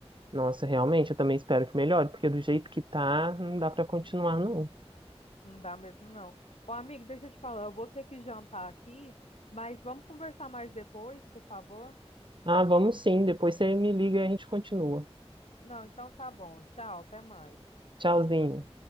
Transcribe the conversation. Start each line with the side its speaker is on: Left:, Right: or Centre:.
Right: Nossa, realmente, eu também espero que melhore, porque do jeito que tá, não dá para continuar, não.
Left: Não dá mesmo, não. Ô, amigo, deixa eu te falar, eu vou ter que jantar aqui, mas vamos conversar mais depois, por favor?
Right: Ah, vamos sim, depois você me liga e a gente continua.
Left: Não, então tá bom. Tchau, até mais.
Right: Tchauzinho.